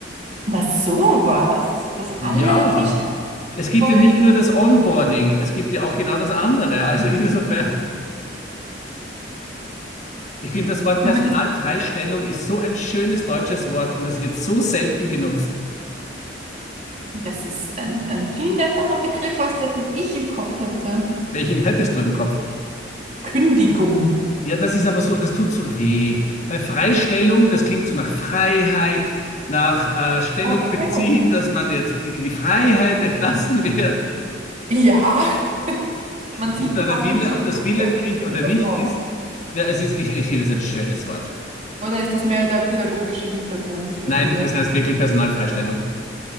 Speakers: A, on the right (about 40°); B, on the left (about 40°).
A: Na sowas, dass
B: Ja,
A: alle die Chefs
B: es gibt
A: wollen.
B: ja nicht nur das Onboarding, es gibt ja auch genau das andere. Also insofern, ich finde, das Wort
A: Zumindest,
B: Personalfreistellung ist so ein schönes deutsches Wort und es wird so selten genutzt.
A: das ist ein, ein viel netterer Begriff, als der, den ich im Kopf hätte.
B: Welchen hättest du im Kopf?
A: Kündigung.
B: Ja, das ist aber so, das tut so weh. Bei Freistellung, das klingt so nach Freiheit, nach äh, Stellung
A: Okay.
B: beziehen, dass man jetzt in die Freiheit <laughs> entlassen wird.
A: Ja, man
B: Ob
A: sieht,
B: da
A: du
B: der
A: hast
B: Wille,
A: mit psychologischer
B: ob das willentlich
A: Erfahrung
B: oder nicht
A: was raus.
B: ist. Ja, es ist, ich, ich finde es ein schönes Wort.
A: Oder ist das mehr der pädagogische Hintergrund bei
B: Nein,
A: dir?
B: es heißt wirklich Personalfreistellung.